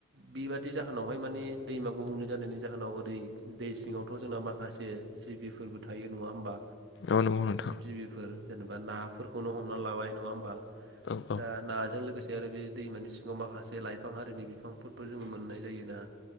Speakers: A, on the right; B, on the left.
A: बेबादि जाहोनावहाय माने दैमा गुबुंले जानायनि जाहोनाव ओरै दै सिङावथ' जोंना माखासे जिबिफोरबो थायो नङा होमबा?
B: औ नंगौ नोंथां
A: जिब जिबिफोर जेनेबा नाफोरखौनो हमना लाबाय नङा होमबा?
B: औ औ
A: दा नाजों लोगोसे केे आरो बिथ दैमानि सिङाव माखास जे लाइफां हारिनि बिफांफोर फोर जोङो मोननाय जायोना